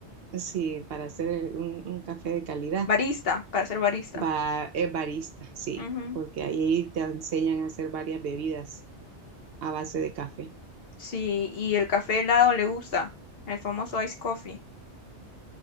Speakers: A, on the right; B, on the left.
A: Sí, para hacer un, un café de calidad.
B: Barista, para ser barista.
A: va es barista, sí,
B: Ujú.
A: porque ahí te enseñan a hacer varias bebidas a base de café.
B: Sí, y el café helado le gusta, el famoso ice coffee.